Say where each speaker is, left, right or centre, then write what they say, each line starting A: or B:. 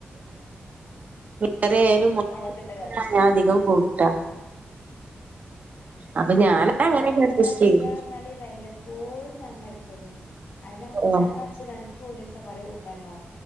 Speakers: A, on the right; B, on the left.
A: കറിയായാലും ഞാൻ മുളകിട്ടതാ
B: മുളകിട്ട കറി
A: അധികം കൂട്ടൽ കൂട്ടാ അപ്പൊ ഞാൻ
B: ഇവിടെ
A: അങ്ങനെയൊക്കെ
B: തേങ്ങരച്ചത്
A: അഡ്ജസ്റ്റ് ചെയ്യും
B: ന്ന്‌ പറഞ്ഞ വല്ലപ്പോഴും തേങ്ങ അരക്കും അയിന് ആ
A: ഓഹ്
B: തേങ്ങരച്ചത് രണ്ട് മൂന്ന് ദിവസം ഉണ്ടാകുംഅവിടുന്ന്